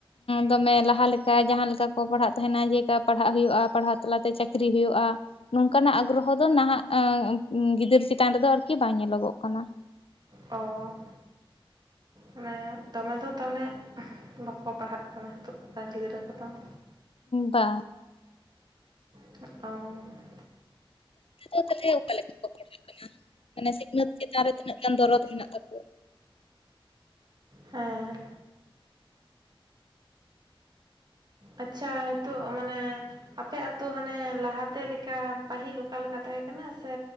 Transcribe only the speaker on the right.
ᱚ ᱢᱟᱱᱮ ᱫᱚᱢᱮ ᱫᱚ ᱛᱟᱦᱞᱮ ᱵᱟᱠᱚ ᱯᱟᱲᱦᱟᱜ ᱠᱟᱱᱟ ᱱᱤᱛᱚᱜ ᱨᱮᱱ ᱜᱤᱫᱽᱨᱟᱹ ᱠᱚᱫᱚ ᱾
ᱚ
ᱦᱮᱸ ᱟᱪᱪᱷᱟ ᱱᱤᱛᱚᱜ ᱢᱟᱱᱮ ᱟᱯᱮ ᱟᱛᱳ ᱦᱟᱱᱮ ᱞᱟᱦᱟ ᱛᱮ ᱞᱮᱠᱟ ᱯᱟᱹᱦᱤᱞ ᱚᱠᱟ ᱞᱮᱠᱟ ᱛᱟᱦᱮᱸ ᱠᱟᱱᱟ ᱥᱮ